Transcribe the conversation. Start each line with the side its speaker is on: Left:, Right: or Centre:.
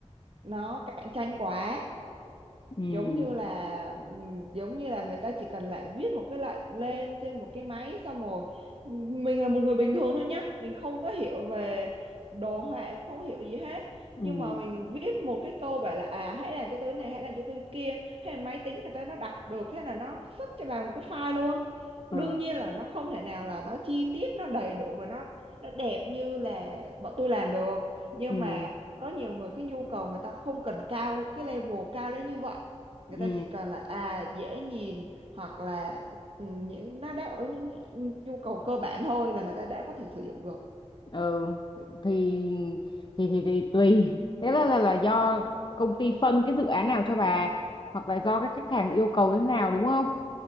Right: nó cạnh tranh quá
Left: ừ
Right: giống như là ừ, giống như là người ta chỉ cần lại viết một cái lệnh lên trên một cái máy xong rồi ừ, mình là một người bình thường thôi nhá mình không có hiểu về đồ họa mình không hiểu gì hết
Left: ừ
Right: nhưng mà mình viết một cái câu bảo là à hãy làm cho tôi cái này hãy làm cho tôi cái kia hay là máy tính người ta nó đọc được thế là nó xuất cho bà một cái file luôn
Left: ờ
Right: đương nhiên là nó không thể nào là nó chi tiết nó đầy đủ và nó nó đẹp như là bọn tôi làm được nhưng
Left: ừ
Right: mà có nhiều người cái nhu cầu người ta không cần cao cái level cao đến như vậy người
Left: ừ
Right: ta chỉ cần là à dễ nhìn hoặc là ừ, những nó đáp ứng những nhu cầu cơ bản thôi là người ta đã có thể sử dụng được
Left: ừ thì thì thì, thì tùy thế là, là là do công ty phân cái dự án nào cho bà hoặc là do cái khách hàng yêu cầu thế nào đúng không